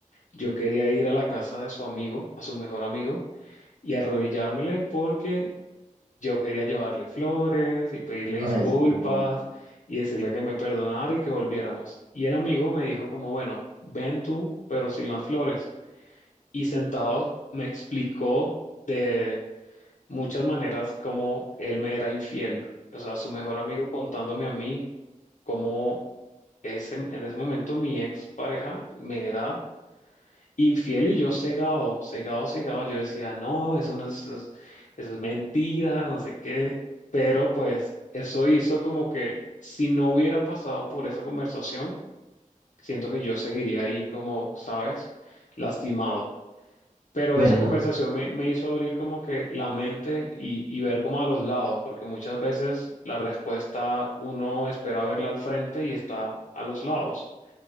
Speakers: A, on the left; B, on the right.
A: yo quería ir a la casa de su amigo, a su mejor amigo, y arrodillármele porque yo quería llevarle flores y pedirle
B: ay,
A: disculpas
B: no.
A: y decirle que me perdonara y que volviéramos. Y el amigo me dijo como, bueno, ven tú, pero sin las flores. Y sentados me explicó de muchas maneras cómo él me era infiel. O sea, su mejor amigo contándome a mí cómo ese, en ese momento mi ex pareja me era infiel y yo cegado, cegado, cegado. Yo decía, no, eso no es, eso es, eso es mentira, no sé qué. Pero pues eso hizo como que si no hubiera pasado por esa conversación, siento que yo seguiría ahí como, ¿sabes? Lastimado. Pero
B: Bueno,
A: esa conversación me, me hizo abrir como que la mente y, y ver como a los lados, porque muchas veces la respuesta uno espera verla al frente y está a los lados.